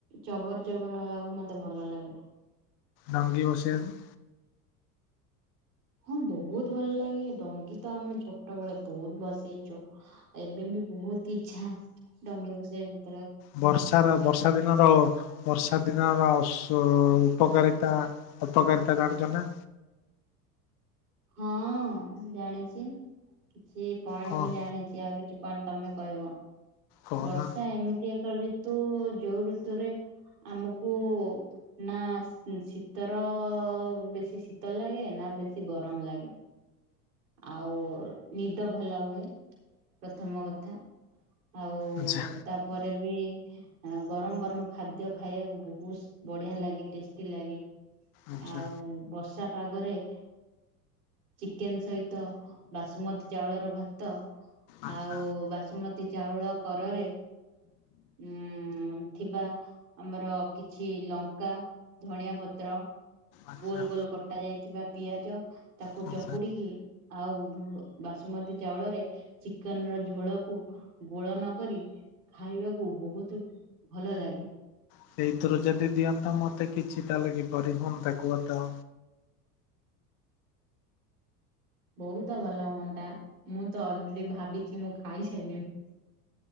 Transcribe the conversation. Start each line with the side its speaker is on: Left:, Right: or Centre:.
Right: ଚବର ଚବର ହବାକୁ ମତେ ଭଲ ଲାଗେ।
Left: ଡାଙ୍ଗୀ ବସେଇଆକୁ
Right: ହଁ ବହୁତ ଭଲ ଲାଗେ ଡଙ୍ଗୀ ତ ଆମେ ଛୋଟ ବେଳେ ବହୁତ ଭସେଇଛୁ। ଏବେ ବି ବହୁତ ଇଚ୍ଛା ଡଙ୍ଗୀ ଭସେଇବା କୁ।
Left: ବର୍ଷାର ବର୍ଷା ଦିନ ତ ହବ ବର୍ଷା ଦିନର ସ୍ୱ ଉପକାରିତା ଅପକାରିତା ଜାଣିଚ ନା?
Right: ହଁ ଜାଣିଚି କିଛି ପଏଣ୍ଟ
Left: କଣ
Right: ମୁଁ ଜାଣିଚି ଆଉ କିଛି କଣ ତମେ କହିବ
Left: କହନା
Right: ବର୍ଷା ଏମିତି ଏକ ରିତୁ ଯୋଉ ଋତୁରେ ଆମକୁ ନା ଶୀ ଶୀତର ବେଶୀ ଶୀତ ଲାଗେ ନା ବେଶୀ ଗର କମ୍ ଲାଗେ। ଆଉ ନିଦ ଭଲ ହୁଏ ପ୍ରଥମ କଥା। ଆଉ
Left: ଆଚ୍ଛା
Right: ତାପରେ ବି ଆ ଗରମ ଗରମ ଖାଦ୍ୟ ଖାଇଆକୁ ବହୁତ ବଢିଆ ଲାଗେ ଟେଷ୍ଟି ଲାଗେ।
Left: ଆଚ୍ଛା
Right: ଆଉ ବର୍ଷା ପାଗରେ ଚିକେନ୍‌ ସହିତ ବାସୁମତୀ ଚାଉଳର ଭାତ
Left: ଆଚ୍ଛା
Right: ଆଉ ବାସୁମତୀ ଚାଉଳ କରରେ ଉଁ ଥିବା ଆମର କିଛି ଲଙ୍କା ଧଣିଆ ପତ୍ର
Left: ଆଚ୍ଛା
Right: ଗୋଲ୍‌
Left: ଆଚ୍ଛା
Right: ଗୋଲ୍‌ କଟା ଯାଇଥିବା ପିଆଜ ତାକୁ
Left: ହଁ
Right: ଚକୁଡିକି ଆଉ ଭୁ ବାସୁମତୀ ଚାଉଳରେ ଚିକେନ୍‌ର ଝୋଳକୁ ଗୋଳନ କରି ଖାଇବାକୁ ବହୁତୁ ଭଲ ଲାଗେ।
Left: ସେଇଥିରୁ ଯଦି ଦିଅନ୍ତ ମତେ କିଛି ତାହେଲେ କିପରି ହୁଅନ୍ତା କୁଅତ।
Right: ବହୁତ ଭଲ ହୁଅନ୍ତା ମୁଁ ତ ଅଲରେଡି ଭାବିକି ମୁଁ ଖାଇସାଇଲିଣି।